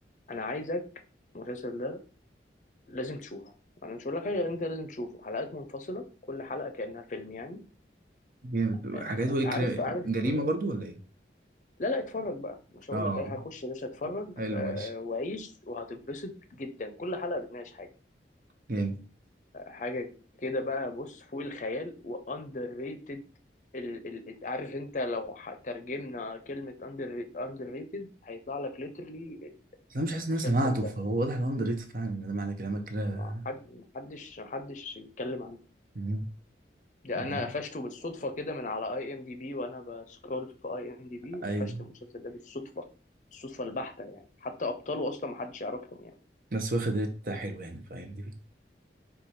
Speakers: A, on the left (about 45°); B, on the right (about 50°).
A: انا عايزك المسلسل ده لازم تشوفه انا مش هقول لك حاجه غير انت لازم تشوفه حلقات منفصله كل حلقه كانها فيلم يعني
B: جامد
A: آه،
B: حكايته ايه
A: عارف
B: كري...
A: عارف
B: جريمه
A: آه،
B: برضو ولا ايه
A: لا لا اتفرج بقى مش هقول
B: اه
A: لك ايه هخش يا باشا اتفرج
B: حلو
A: آه،
B: ماشي
A: وعيش وهتتبسط جدا كل حلقه بتناقش حاجه
B: جامد
A: حاجة كده بقى بص فوق الخيال واندر ريتد ال ال عارف انت لو ح- ترجمنا كلمة اندر اندر ريتد هيطلع لك ليترلي
B: بس انا مش حاسس ان
A: المسلسل
B: انا سمعته
A: ده
B: فهو واضح انه اندر ريتد فعلا ده معنى كلامك كده
A: ما حد- محدش محدش يتكلم عنه
B: مم.
A: ده
B: انا
A: انا قفشته بالصدفة كده من على اي ام دي بي وانا بسكرول في اي ام دي بي
B: ايوه
A: قفشت المسلسل ده بالصدفة الصدفة البحتة يعني حتى ابطاله اصلا محدش يعرفهم يعني
B: بس واخد ريت حلو يعني فاهمني